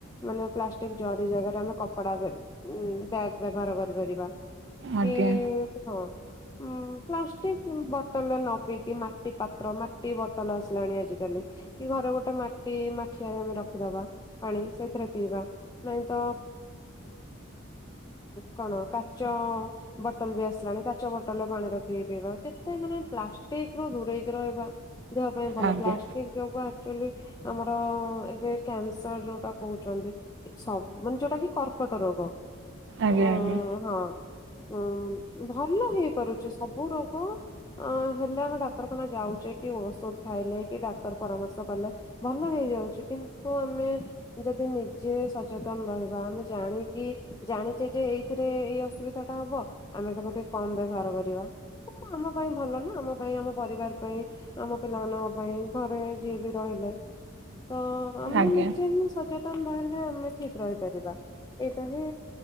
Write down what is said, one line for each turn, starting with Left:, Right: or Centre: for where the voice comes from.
Left: ମାନେ ପ୍ଲାଷ୍ଟିକ ଜରି ଜାଗାରେ ଆମେ କପଡା ବ୍ୟାଗ ବ୍ୟବହାର କରିପାରିବା।
Right: ଆଜ୍ଞା
Left: ଏ ହଁ ପ୍ଲାଷ୍ଟିକ୍ ବୋଟଲ ରେ ନ ପିଇକି ମାଟି ପାତ୍ର ମାଟି ବଟଲ ଲାଣି ଆଜି କାଲି କି ଘରେ ଗୋଟେ ମାଟି ମାଠିଆରେ ଆମେ ରଖିଦବା ପାଣି ସେଇଥିରେ ପିଇବା ନାଇଁ ତ କଣ କାଚ ବୋଟଲ ବି ଆସିଲାଣି କାଚ ବୋଟଲ ରେ ପାଣି ରଖିକି ପିଇବା ଯେତେ ମାନେ ପ୍ଲାଷ୍ଟିକ ରୁ ଦୂରେଇକି ରହିବା ଦେହ ପାଇଁ ଭଲ
Right: ଆଜ୍ଞା
Left: ପ୍ଲାଷ୍ଟିକ ଦେହ କୁ ଆକ୍ଚୁଆଲି ଆମର ଏବେ କ୍ୟାନସର ଯୋଉଟା କହୁଚନ୍ତି ସବୁ ମାନେ ଯୋଉଟା କି କର୍କଟ ରୋଗ।
Right: ଆଜ୍ଞା
Left: ଅ
Right: ଆଜ୍ଞା।
Left: ହଁ ଉଁ ଭଲ ହେଇପାରୁଚି ସବୁ ରୋଗ ଅ ହେଲେ ଆମେ ଡାକ୍ତରଖାନା ଯାଉଚେ କି ଔଷଧ ଖାଇଲେ କି ଡାକ୍ତର ପରାମର୍ଶ କଲେ ଭଲ ହେଇଯାଉଚି କିନ୍ତୁ ଆମେ ଯଦି ନିଜେ ସଚେତନ ରହିବା ଆମେ ଜାଣିକି ଜାଣିଚେ ଯେ ଏଇଥିରେ ଏଇ ଅସୁବିଧା ଟା ହବ ଆମେ ତାକୁ ଟିକେ କମ ବ୍ୟବହାର କରିବା ସେଟା ଆମ ପାଇଁ ଭଲ ନା ଆମ ପାଇଁ ଆମ ପରିବାର ପାଇଁ ଆମ ପିଲାମାନଙ୍କ ପାଇଁ ଘରେ ଯିଏ ବି ରହିଲେ ତ ଆମେ
Right: ଆଜ୍ଞା
Left: ନିଜେ
Right: ଆଜ୍ଞା
Left: ହିଁ ସଚେତ ତନ୍ ରହିଲେ ଆମେ ଠିକ ରହିପାରିବା ଏଇଟା ହିଁ